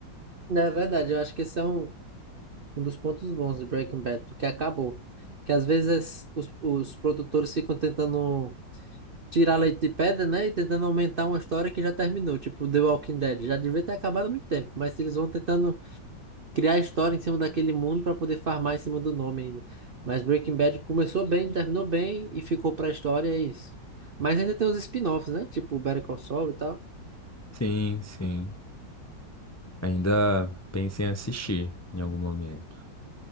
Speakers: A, on the right; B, on the left.
A: Na verdade, eu acho que esse é um, um dos pontos bons de Breaking Bad, porque acabou. Que às vezes os, os produtores ficam tentando tirar leite de pedra, né? E tentando aumentar uma história que já terminou. Tipo, The Walking Dead. Já devia ter acabado há muito tempo, mas eles vão tentando criar história em cima daquele mundo para poder farmar em cima do nome ainda. Mas Breaking Bad começou bem, terminou bem e ficou pra história, é isso. Mas ainda tem os spin-offs, né? Tipo Better Call Saul e tal.
B: Sim, sim. Ainda pensem em assistir em algum momento.